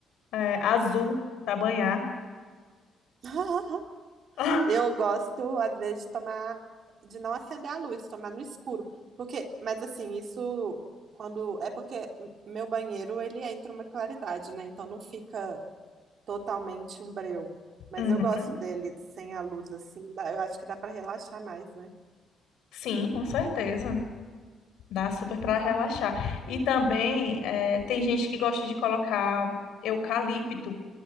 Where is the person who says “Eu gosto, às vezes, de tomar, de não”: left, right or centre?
Right